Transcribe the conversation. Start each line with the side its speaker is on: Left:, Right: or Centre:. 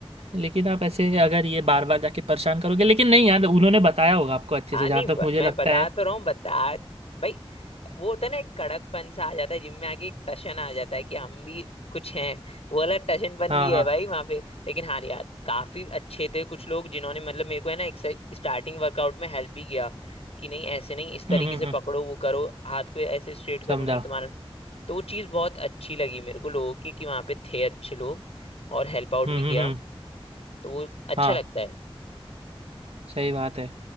Right: लेकिन आप ऐसे अगर ये बार बार जाके परेशान करोगे लेकिन नहीं यार उन्होंने बताया होगा आपको अच्छे
Left: हाँ
Right: से
Left: नहीं
Right: जहाँ
Left: ब,
Right: तक मुझे
Left: मैं
Right: लगता
Left: बता
Right: है
Left: तो रहा हूँ बता भाई वो होता है ना एक कड़कपन सा आ जाता है जिम में आके एक टशन आ जाता है कि हम भी कुछ हैं वो वाला टशनपन
Right: हाँ
Left: भी
Right: हाँ
Left: है भाई वहां पे लेकिन हाँ यार काफी अच्छे थे कुछ लोग जिन्होंने मतलब मेरे को है ना एक स्टार्टिंग वर्कआउट में हेल्प भी किया कि नहीं ऐसे नहीं इस तरीके
Right: हम्म हम्म
Left: से
Right: हम्म,
Left: पकड़ो वो करो हाथ को ऐसे स्ट्रेट करो
Right: समझा
Left: नहीं तुम्हारा तो वो चीज़ बहुत अच्छी लगी मेरे को लोगों की कि वहां पे थे अच्छे लोग और हेल्प आउट
Right: हम्म
Left: भी किया
Right: हम्म हम्म
Left: तो वो अच्छा
Right: हाँ
Left: लगता है
Right: सही बात है